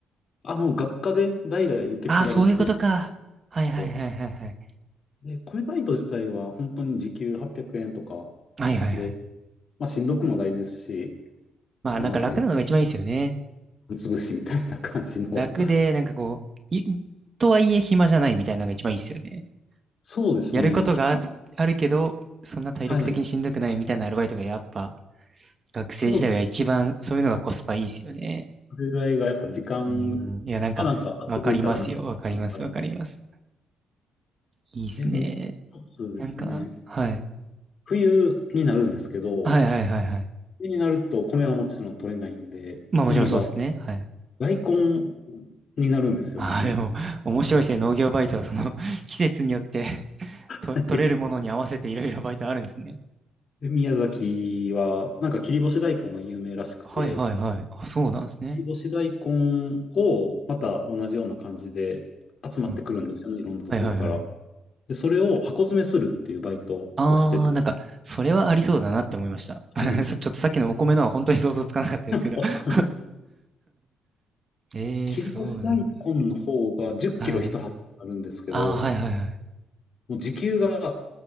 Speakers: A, on the left; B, on the right.
A: あ、もう学科で代々受け継がれて
B: ああー、そういうことか。はいはいはいはいはい。
A: て、で、米バイト自体は本当に時給800円とか
B: はいはいはい。
A: で、まあしんどくもないですし、
B: まあなんか楽なのが一番いいですよね。
A: あの、なんていうか、潰しみたいな感じの。
B: 楽で、なんかこう、い、とはいえ暇じゃないみたいなのが一番いいですよね。
A: そうですね。
B: やることがあ、
A: ひま
B: あるけど、そんな体力的にしんどくないみたいなアルバイトがやっぱ
A: はい。
B: 学生時代は一番そういうのがコスパいいですよね。
A: そうです。それぐらいがやっぱ時間
B: うん。いや、なんか、
A: はなんか気づいたらもう、
B: わかりますよ。わかります。
A: あのタイミング
B: わかります。いいですね。
A: で、もう一つですね。
B: なんか、はい。
A: 冬になるんですけど、
B: はいはいはいはい。
A: 冬になると米はもちろん取れないんで、
B: まあもちろんそうですね。
A: 次が
B: はい。
A: 大根になるんですよね。
B: ああ、でも、面白いですね。農業バイトはその <laughs> 季節によって <laughs>
A: <laughs>
B: と、取れるものに合わせていろいろバイトあるんですね。
A: で、宮崎は、なんか切り干し大根が有名らしくて、
B: はいはいはい。あ、そうなんですね。
A: 切り干し大根をまた同じような感じで集まってくるんですよね、
B: うん。
A: いろんなところから。
B: はいはいはい。
A: で、それを箱詰めするっていうバイトをしてて、
B: ああ、なんか、それはありそうだなって思いました。
A: はい。
B: <laughs> そちょっとさっきのお米のは本当に想像つかなかったですけど
A: あ、
B: <laughs>
A: これ、
B: ええー、
A: 切り干し大根の方が10キロ一箱あるんですけど、
B: そうなんだ。はい。ああ、はいはいはい。
A: もう時給が、